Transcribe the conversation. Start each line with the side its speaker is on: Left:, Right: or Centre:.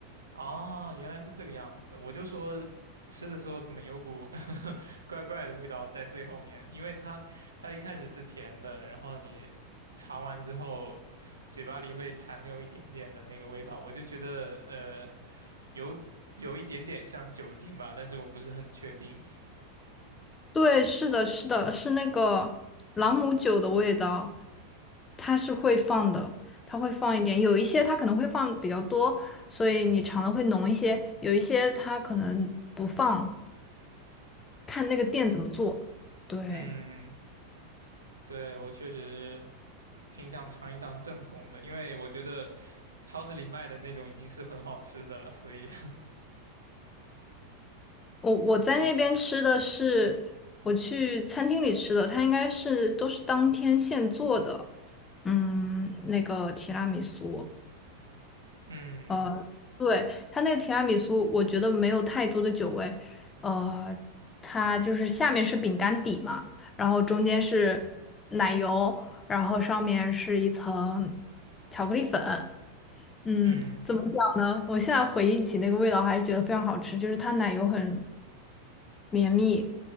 Right: 哦，原来是这个样子。我就说吃的时候怎么有股 <laughs> 怪怪的味道在最后面，因为它它一开始是甜的，然后你尝完之后，嘴巴里会残留一点点的那个味道，我就觉得呃有有一点点像酒精吧，但是我不是很确定。
Left: 对，是的，是的，是那个朗姆酒的味道，它是会放的，它会放一点。有一些它可能会放比较多，所以你尝的会浓一些；有一些它可能不放，看那个店怎么做。对。
Right: 嗯，对，我确实挺想尝一尝正宗的，因为我觉得超市里卖的那种已经是很好吃的了，所以
Left: 我我在那边吃的是我去餐厅里吃的，它应该是都是当天现做的，嗯，那个提拉米苏，
Right: <laughs> 嗯
Left: 呃，对，它那个提拉米苏，我觉得没有太多的酒味，呃，它就是下面是饼干底嘛，然后中间是奶油，然后上面是一层巧克力粉，嗯，
Right: 嗯。
Left: 怎么讲呢？我现在回忆起那个味道，还是觉得非常好吃，就是它奶油很绵密，